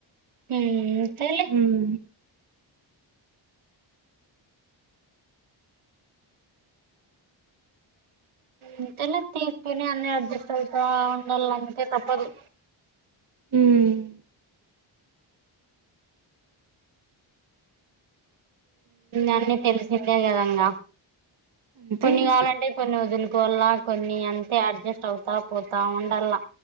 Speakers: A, on the right; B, on the right.
A: ఉమ్మ్ తెలే
B: ఉమ్
A: ఇంతాలా తీసుకొని అన్ని అడ్జస్ట్ అవుతా ఉండాలంటే తప్పదు
B: ఉమ్మ్
A: అన్నీ తెలిసిందే కద ఇంగా
B: అంతే
A: కొన్ని
B: ఇంకా
A: కావలంటే కొన్ని వొదులు కోవాల్లా కొన్ని అంతే అడ్జస్ట్ అవుతా పోతా ఉండల్లా